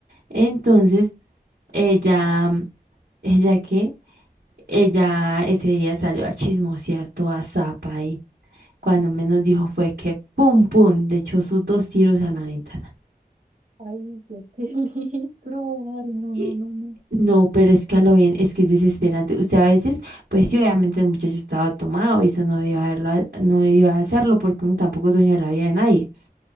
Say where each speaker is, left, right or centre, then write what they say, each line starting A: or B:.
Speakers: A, on the right; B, on the right.
A: Entonces, ella, ¿ella qué? Ella ese día salió a chismosear toda zapa y cuando menos dijo fue que pum pum le echó sus dos tiros a la ventana.
B: ay, qué peligro. <laughs> Ay, no,
A: Y
B: no, no, no.
A: No, pero es que a lo bien, es que es desesperante. Usted a veces, pues sí, obviamente el muchacho estaba tomado y eso no debió haberlo, ha- no debió hacerlo porque uno tampoco es dueño de la vida de nadie.